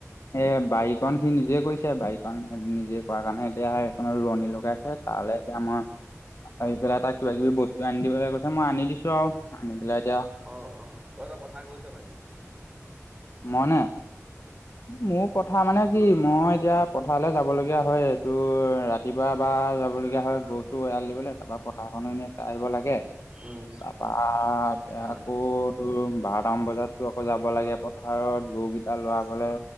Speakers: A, on the left; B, on the right.
A: এ বাইক কণ সি নিজে কৈছে। বাৰীকণ নিজে কৰা কাৰণে এতিয়া সেইখনৰ ৰোৱনী
B: অ
A: লগাইছে তালে এতিয়া মই আহি পেলাই তাক কিবা-কিবি বস্তু আনি দিবলে কৈছে। মই আনি দিছোঁ আউ আনি পেলাই এতিয়া
B: অ, অ। অ', তই পথাৰ গৈছ মানে?
A: মনে? মোৰ পথাৰ মানে কি মই এতিয়া পথাৰলে যাবলগীয়া হয়। এটো ৰাতিপুৱা এবা যাবলগীয়া হয়, গধু টু এৰাল
B: উম
A: দিবলে, তাৰপা পথাৰখনো এনে চাই আহিব লাগে।
B: উম
A: তাৰপা এতিয়া
B: অ
A: আকো তোৰ বাৰটামান বজাতো আকৌ যাব লাগে পথাৰত গউ কেইটা লৰাবলে,